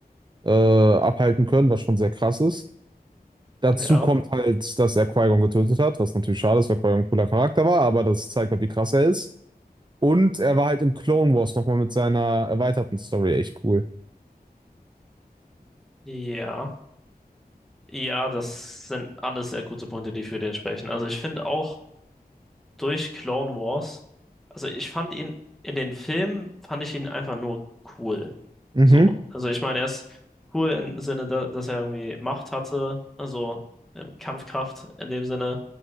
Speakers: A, on the right; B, in the centre.
A: äh, abhalten können, was schon sehr krass ist. Dazu
B: ja,
A: kommt halt, dass er Qui-Gon getötet hat, was natürlich schade ist, weil Qui-Gon ein cooler Charakter war, aber das zeigt halt, wie krass er ist. Und er war halt in Clone Wars nochmal mit seiner erweiterten Story echt cool.
B: ja, ja, das sind alles sehr gute Punkte, die für den sprechen. Also ich finde auch, durch Clone Wars. Also ich fand ihn in den Filmen, fand ich ihn einfach nur cool.
A: Mhm.
B: So, also ich meine, er ist cool im Sinne, da, dass er irgendwie Macht hatte, also ähm, Kampfkraft in dem Sinne,